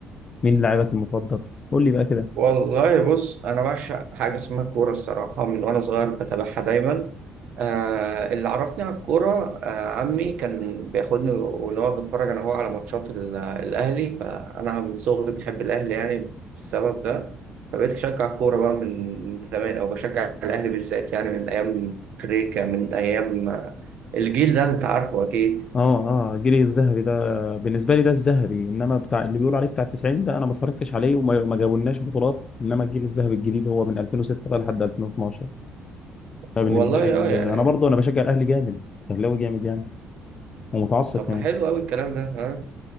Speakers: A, on the left; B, on the right.
A: مين لاعبك المفضل قول لي بقى كده
B: والله بص انا بعشق حاجه اسمها الكوره الصراحه من وانا صغير بتابعها دايما آه اللي عرفني على الكوره آه عمي كان بياخدني ونقعد نتفرج انا وهو على ماتشات ال- الاهلي فانا من صغري بحب الاهلي يعني السبب ده فبقيت اشجع الكوره بقى من زمان او بشجع الاهلي بالذات يعني من ايام كريكا من ايام آه، الجيل ده انت عارفه اكيد
A: اه اه الجيل الذهبي ده بالنسبه لي ده الذهبي انما بتاع اللي بيقولوا عليه بتاع 90 ده انا ما اتفرجتش عليه وما ما جابولناش بطولات انما الجيل الذهبي الجديد هو من 2006 بقى لحد 2012 فبالنسبه
B: والله اه
A: لي ال-
B: يعني
A: انا برضه انا بشجع الاهلي جامد اهلاوي جامد يعني ومتعصب
B: طب
A: كمان
B: ما حلو قوي الكلام ده ها